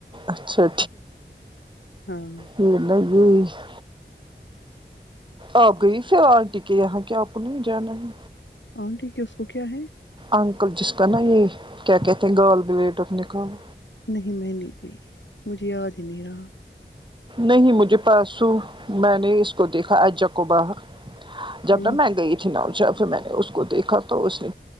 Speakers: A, on the right; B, on the left.
A: اچھا
B: ہاں
A: یہھر ل گ <unintelligible> آپ گئی پھر آنٹی کی یہاں کہ آپ نہیں جانا ہی
B: ہاں ٹھیک ہے اس کو کیا ہے
A: انکل جس کا نا یہ کیا کہتے ہیں گال بلیڈر نکالا
B: نہیں میں نہیں گئی مجھے یاد ہی نہیں رہا
A: نہیں مجھے پرسوں میں نے اس کو دیکھا اجاکباہ جب
B: ہمم
A: تب مہنگا ئی ج ن کیفے میں نے اس کو دیکھا تو اس نے